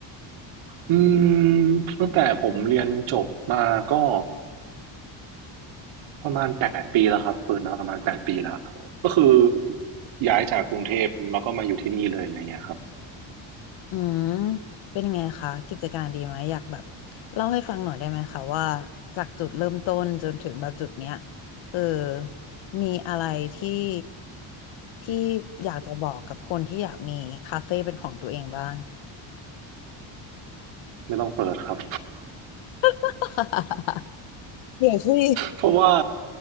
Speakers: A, on the right; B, on the left.
A: อืมตั้งแต่ผมเรียนจบมาก็ ประมาณแปดปีแล้วครับเปิดมาประมาณแปดปีแล้วก็คือย้ายจากกรุงเทพมาก็มาอยู่ที่นี่เลยอะไรเงี้ยครับ
B: อืมเป็นยังไงคะกิจการดีไหมอยากแบบเล่าให้ฟังหน่อยได้ไหมคะว่าจากจุดเริ่มต้นจนถึงแบบจุดเนี้ยเออมีอะไรที่ที่อยากจะบอกกับคนที่อยากมีคาเฟ่เป็นของตัวเองบ้าง
A: ไม่ต้องเปิดครับ
B: <laughs> เดี๋ยวสิ
A: เพราะว่า